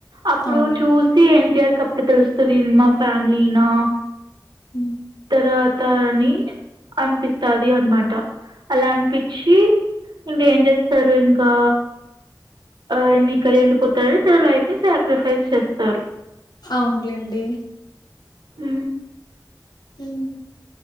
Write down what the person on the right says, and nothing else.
అప్పుడూ
చూసి ఎన్టీఆర్ కప్పుడు తెలుస్తది ఇది మా ఫ్యామిలీనా
రాతా అని అనిపిత్తాది అనమాట అలా అన్పిచ్చీ ఇంకేం జెత్తరు ఇంకా ఆయన్ని ఇక్కడే ఉండిపోతారు ఇక లైఫ్ ని సాక్రిఫైస్ చేస్తారు
ఊ